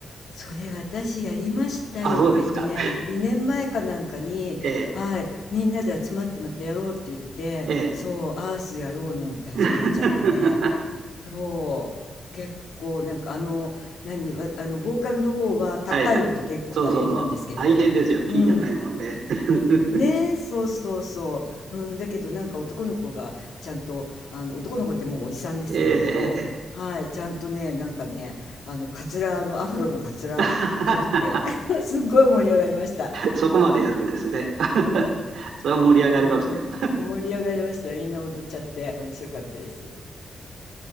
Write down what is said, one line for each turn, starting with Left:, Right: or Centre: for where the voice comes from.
Left: それ私やりましたよ。
Right: あ、そうですか。
Left: えっとね、
Right: <laughs>
Left: 2年前かなんかに、
Right: え
Left: はい、みんなで集まってまたやろうって言って、
Right: え、ええ。
Left: そう、アースやろうなんて始まっちゃってね、
Right: <laughs>
Left: そう、結構なんかあの、何、わあの、ボーカルの方は高い音結構大変なんですけど、
Right: はいはい。そうそうそう。大変ですよ。キー高いもんね。
Left: うん、
Right: <laughs>
Left: ねえ、そうそうそう。うん、だけどなんか男の子がちゃんと、あの男の子ってもうおじさんですけれども、
Right: ええ、え
Left: はい、ちゃんとね、なんかね、あの、カツラの、アフロのカツラかぶって、
Right: え。<laughs>
Left: <laughs> すっごい盛り上がりました。
Right: そこまでやるんですね。<laughs>
Left: うん、
Right: それは盛り上がりますよ。
Left: うん盛り上がりました。みんな踊っちゃって、面白かったです。